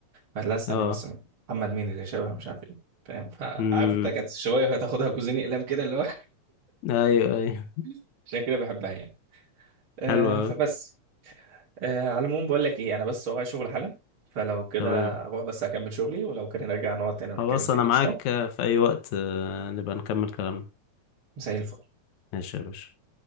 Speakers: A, on the right (about 45°); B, on the left (about 75°).
A: قالت لا استني
B: اه
A: بس محمد مين اللي شبه مش عارف ايه فاهم فعارف
B: امم
A: انت كانت شويه هتاخدها بجوزين اقلام كده اللي هو
B: ايوه ايوه
A: <laughs> عشان كده بحبها يعني آه
B: حلو قوي
A: فبس آه على العموم بقول لك ايه انا بس ورايا شغل حالا فلو كده
B: تمام
A: اروح بس اكمل شغلي ولو كان نرجع نقعد تاني ونتكلم
B: خلاص
A: تاني
B: انا معاك
A: قشطه
B: في اي وقت آه، نبقى نكمل كلامنا
A: مساء الفل
B: ماشي يا باشا